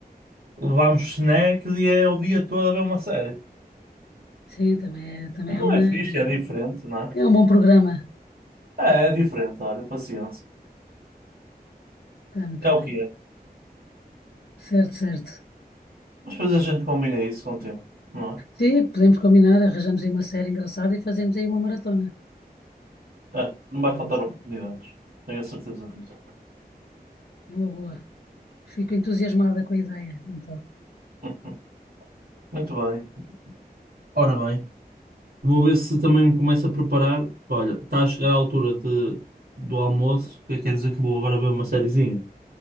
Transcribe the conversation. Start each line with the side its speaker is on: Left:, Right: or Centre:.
Right: levamos snacks e é o dia todo a ver uma série.
Left: Sim, também é, também
Right: Não
Left: é uma,
Right: é fixe, é diferente, não é?
Left: é um bom programa.
Right: É, é diferente, olha, paciência.
Left: Está muito
Right: É
Left: bem.
Right: o que é.
Left: Certo, certo.
Right: Mas depois a gente combina isso com o tempo, não
Left: Sim, podemos combinar, arranjamos aí uma série engraçada e fazemos aí uma maratona.
Right: é? É, não vai
Left: Eh,
Right: faltar oportunidades. Tenho a certeza disso.
Left: Boa, boa. Fico entusiasmada com a ideia, então.
Right: <laughs> Muito bem. Ora bem, vou ver se também me começo a preparar. porque, Olha, está a chegar a altura de, do almoço, que quer dizer que vou agora ver uma sériezinha.